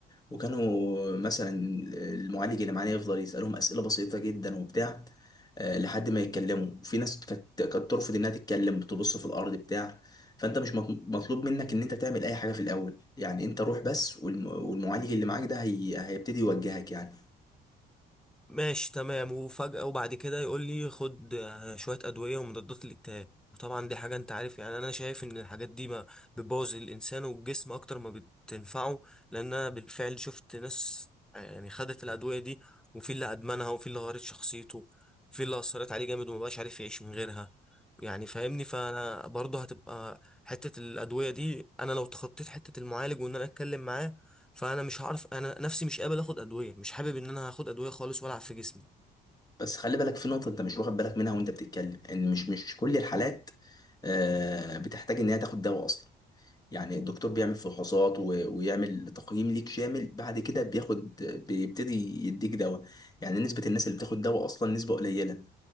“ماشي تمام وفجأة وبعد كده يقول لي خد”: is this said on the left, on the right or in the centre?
Centre